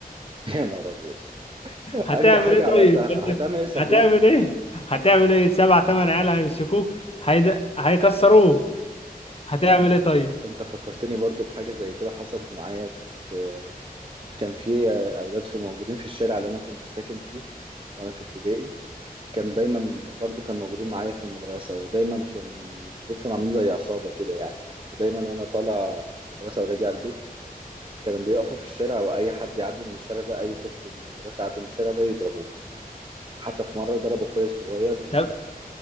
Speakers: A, on the right (about 35°); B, on the left (about 40°).
A: <laughs> يا نهار ابيض
B: هتعمل
A: اجدع حاجه
B: ايه
A: عملتها
B: طيب؟ <laughs> أنت
A: هتعمل ايه صحيح
B: هتعمل ايه؟ هتعمل ايه؟ سبع تمن عيال هيمسكوك هيد... هيكسروك هتعمل
A: لا
B: ايه طيب؟
A: انت فكرتني برضو بحاجة زي كده حصلت معايا كنت كان في اولاد في موجودين في الشارع اللي انا كنت ساكن فيه وانا في ابتدائي كان دايما برضو كان موجودين معايا في المدرسة ودايما كان دول كانوا عاملين زي عصابة كده يعني كنت دايما وانا طالع من المدرسة وراجع البيت كانوا بيقفوا في الشارع واي حد يعدي من الشارع ده اي طفل من المدرسة يعدي من الشارع ده يضربوه حتى في مرة ضربوا اخويا الصغير
B: طب